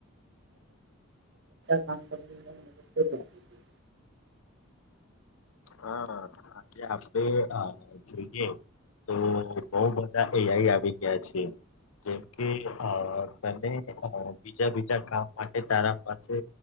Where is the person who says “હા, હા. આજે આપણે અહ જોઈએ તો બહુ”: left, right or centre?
Left